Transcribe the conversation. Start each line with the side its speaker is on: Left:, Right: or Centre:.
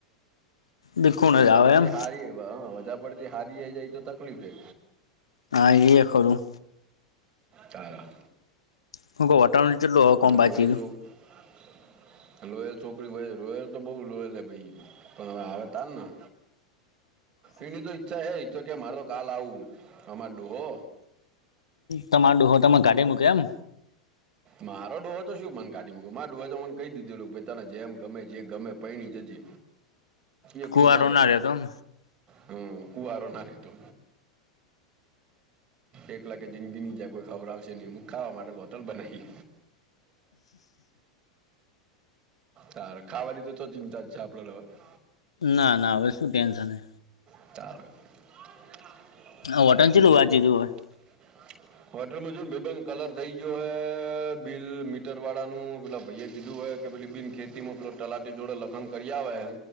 Left: ભીખું
Right: વધાદ
Left: ન જ આવે
Right: પડથી
Left: એમ
Right: હારી હ વધાર પડથી હારી જાય તો તકલીફ હે
Left: હા ઈએ ખરું
Right: ચારા
Left: <inaudible>
Right: ને <unintelligible> લોયલ છોકરી હોય રોયલ તો બો લોયલ ભય પણ હવે આવે તારના એની તો ઈચ્છા હે તો કે મારે તો કાલ આવું અમાર ડોહો
Left: તમાર ડોહો તમે ગાડી મૂકે એમ?
Right: મારો ડોહો તો શું મન કાઢી મુકે મા ડોહ તો મને કઈ દીધું તને જેમ ગમે જે ગમે એ પયણી જજે એકલું
Left: કુવારો
Right: ના રે તું
Left: રહેતો એમ
Right: હમ કુવારો ના રહેેતુ એક લાખે જિંદગીની જાય કોઈ ખયરાવશે નહી, હું ખાવા માટે હોટલ બનાવી. તાર ખાવાની તો ચિંતા જ છે, આપડા
Left: ના ના હવે શું ટેન્શન હે
Right: <inaudible>
Left: <inaudible>
Right: બીજું <unintelligible> હોટલ <unintelligible> કલર થઈ ગયો હે બિલ મીટર વાળા નું પેલા ભાઈએ કીધું હે કે પેલી બિન ખેતીમાં મતલબ ટલાટી જોડે લખન કરી આવહે